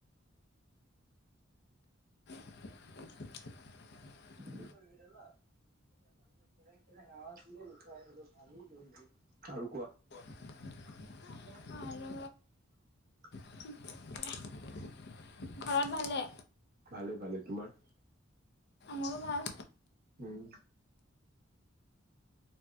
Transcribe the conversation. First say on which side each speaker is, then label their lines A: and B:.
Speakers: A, on the left; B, on the right.
A: <unintelligible>
B: দ কে কেৰে গৱ চে লুকাই আহিলো ভাঙি গৈ। <unintelligible> আৰু কোৱা।
A: <unintelligible>
B: এ প।
A: আৰু
B: <unintelligible>
A: <unintelligible> ঘৰত ভালে।
B: ভালে ভালে তোমাৰ
A: মোৰো ভাল
B: উম।